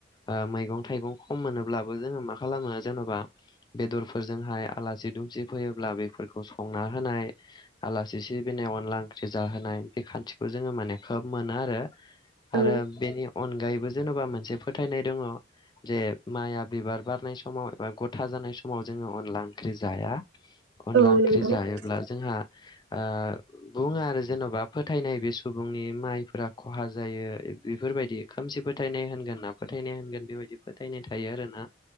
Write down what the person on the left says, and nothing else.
ओ मैगं थायगंखौ मोनोब्लाबो जोङो मा खालामो खालामो जेनबा बेदरफोरजोंहाय आलासि दुमसि फैयोब्ला बेफोरखौ संना होनाय आलासि सिबिनाय अनला ओंख्रि जाहोनाय बे खान्थिखो जोङो माने खोब मोनो आरो
आरो बेनि अनगायैबो जेनेबा मोनसे फोथायनाय दङ जे माइआ बिबार बारनाय समाव एबा गथा जानाय समाव जों नो अनला ओंख्रि जाया अनला
ओंख्रि
जायोब्ला
आ बुङो आरो जेनबा फोथायनाय बे सुबुंनि माइफोरा खहा जायो बेफोर बेफोरबायदि खोमसि फोथायनाय होनगोन ना फोथायनाय होनगोन बेबायदि फोथायनाय थायो आरो ना